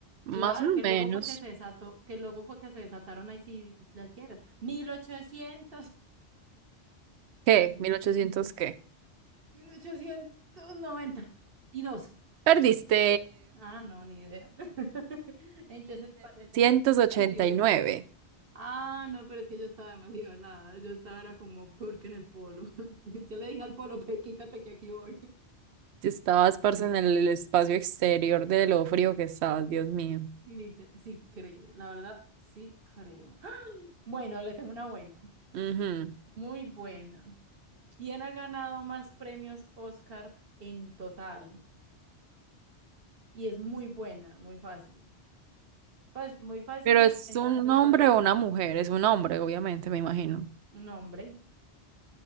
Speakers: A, on the right (about 55°); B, on the right (about 70°).
A: Claro,
B: Más o
A: que
B: menos.
A: luego fue que se desató, que luego fue que se desataron ahí sí las guerras. mil ochocientos <laughs>
B: ¿Qué?
A: mil
B: mil ochocientos qué?
A: ochocientos noventa y dos.
B: Perdiste
A: Ah, no, ni idea. <laughs> Entonces, ¿cuál era?
B: 1789.
A: Ay, Dios. Ah, no, pero es que yo estaba demasiado helada. Yo estaba era como peor que en el polo. <laughs> Yo le dije al polo, pues quítate que aquí voy.
B: Si estabas, parce, en el espacio exterior de lo frío que estabas, Dios mío.
A: <laughs> Liter- sí, creo. La verdad, sí creo. <gasps> Bueno, le tengo una buena.
B: Ujú.
A: Muy buena. ¿Quién ha ganado más premios Oscar en total? Y es muy buena, muy fácil. Pues muy fácil
B: Pero es
A: pensándolo
B: un hombre
A: desde
B: o una mujer, es un hombre, obviamente, me imagino.
A: un hombre.